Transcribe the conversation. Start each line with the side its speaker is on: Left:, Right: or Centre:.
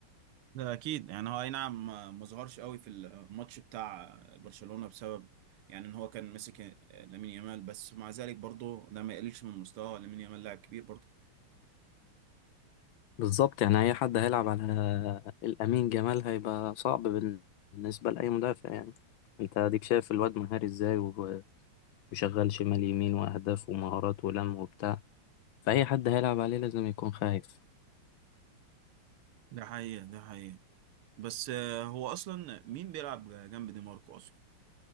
Right: ده اكيد يعني هو اي نعم ما ما ظهرش قوي في الماتش بتاع برشلونة بسبب يعني ان هو كان مسك آه، لامين يامال بس مع ذلك برضه ده ما يقللش من مستواه لامين يامال لاعب كبير برضه
Left: بالظبط يعني أي حد هيلعب على الأمين جمال هيبقى صعب بالنسبة لأي مدافع يعني أنت أديك شايف الواد مهاري إزاي و- وشغال شمال يمين وأهداف ومهارات ولم وبتاع فأي حد هيلعب عليه لازم يكون خايف
Right: ده حقيقة ده حقيقة بس آه، هو اصلا مين بيلعب جنب دي ماركو اصلا